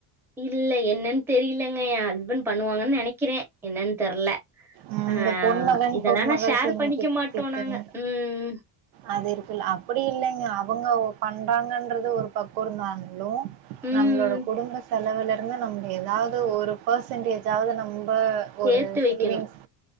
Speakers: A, in the centre; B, on the right.
A: இல்ல என்னன்னு தெரிலங்க எ ஹஸ்பெண்ட் பண்ணுவாங்கன்னு நெனைக்கிறே என்னன்னு தெர்ல
B: ம்
A: அ
B: இந்த பொன்மகன்
A: இதெல்லா
B: பொன்மகள்
A: நா ஷேர்
B: சேமிப்பு
A: பண்ணிக்க மாட்டோ
B: திட்டம்
A: நாங்க ம்
B: அது இருக்குல்ல அப்டி இல்லங்க அவுங்க பண்றாங்கன்றது ஒரு பக்கோ இருந்தான்லு
A: ம்
B: நம்மளோட குடும்ப செலவுல இருந்து நம்ம ஏதாவது ஒரு பெர்சன்டேஜாவது நம் ப ஒரு
A: சேத்து வைக்கணு
B: சேவிங்ஸ்